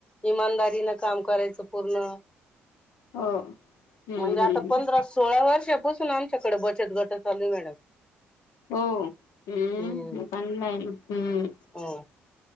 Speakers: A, on the left; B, on the left.
A: इमानदारीन काम करायचं पूर्ण.
B: हो. हम्म
A: म्हणजे
B: हम्म
A: आता पंधरा सोळा वर्षापासून आमच्याकडे बचत गट चालू ए मॅडम.
B: हो हम्
A: हम्म
B: चांगलं आहे ना हम् <unintelligible>
A: हो.